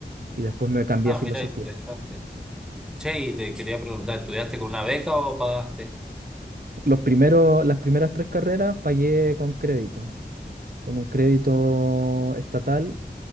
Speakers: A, on the right; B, in the centre.
A: y después me cambié
B: Ah,
A: a filosofía.
B: mira, interesante. Che, y te quería preguntar, ¿estudiaste con una beca o pagaste?
A: Los primeros, las primeras tres carreras pagué con crédito, con un crédito estatal.